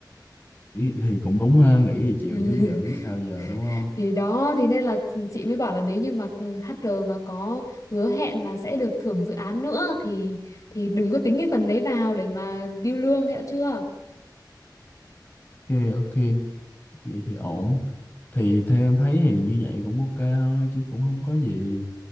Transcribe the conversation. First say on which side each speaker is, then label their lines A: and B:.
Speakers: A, on the left; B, on the left.
A: Ý, thì cũng đúng ha, nghĩ thì chịu
B: <laughs>
A: chứ giờ biết sao giờ đúng không?
B: thì đó thì nên là chị mới bảo là nếu như mà HR mà có hứa hẹn là sẽ được thưởng dự án nữa thì thì đừng có tính cái phần đấy vào để mà điêu lương nghĩa chưa
A: Ok ok, vậy thì ổn. Thì theo em thấy thì như vậy cũng ok thôi chứ cũng không có gì.